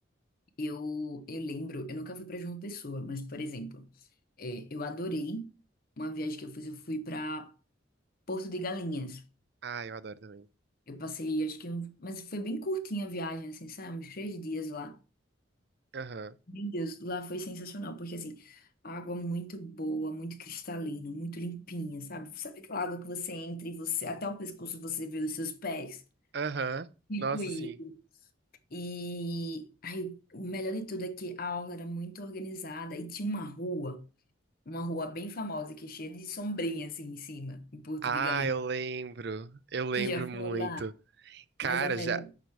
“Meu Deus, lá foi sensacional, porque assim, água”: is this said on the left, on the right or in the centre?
Left